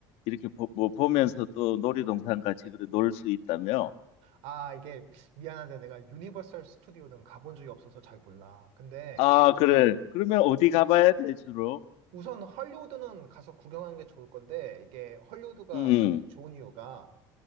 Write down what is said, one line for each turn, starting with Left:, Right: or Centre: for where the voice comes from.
Left: 이렇게 보, 뭐 보면서 또 놀이동산 같이 그래 놀 수 있다며?
Right: 아, 이게 미안한데 내가 유니버설 스튜디오는 가본 적이 없어서 잘 몰라. 근데
Left: 아, 그래. 그러면 어디 가봐야 돼, 주로?
Right: 우선 헐리우드는 가서 구경하는 게 좋을 건데 이게 헐리우드가
Left: 음,
Right: 가기 좋은 이유가